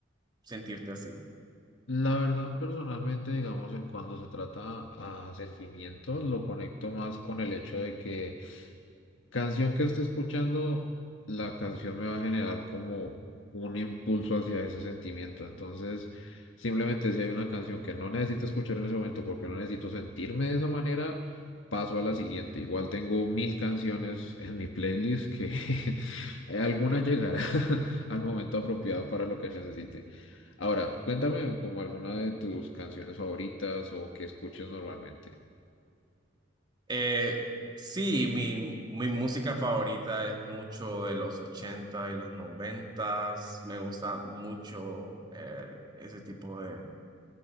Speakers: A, on the right (about 25°); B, on the left (about 85°).
A: sentirte así?
B: La verdad, personalmente, digamos, en cuando se trata a sentimientos, lo conecto más con el hecho de que Canción que esté escuchando, la canción me va a generar como un impulso hacia ese sentimiento. Entonces, simplemente si hay una canción que no necesito escuchar en ese momento porque no necesito sentirme de esa manera, paso a la siguiente. Igual tengo mil canciones en mi playlist que <laughs> alguna llegará <laughs> al momento apropiado para lo que necesite. Ahora, cuéntame como alguna de tus canciones favoritas o que escuches normalmente.
A: Eh, sí, mi, mi música favorita es mucho de los 80 y los 90. Me gusta mucho eh, ese tipo de...